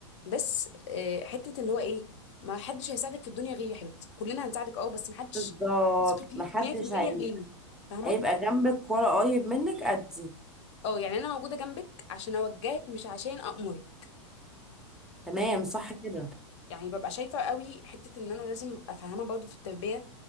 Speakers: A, on the left; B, in the centre.
A: بس آه، حته اللي هو ايه ما حدش هيساعدك في الدنيا غيري يا حبيبتي كلنا هنساعدك اه بس ما حدش
B: بالظبط
A: تثقي فيه
B: محدش
A: 100%
B: هي...
A: غيري فاهمه
B: هيبقى جنبك ولا قريب منك قدي
A: اه يعني انا موجوده جنبك عشان اوجهك مش عشان امرك
B: تمام صح كده
A: يعني ببقى شايفه قوي حته ان انا لازم ابقى فاهمه برضه في التربيه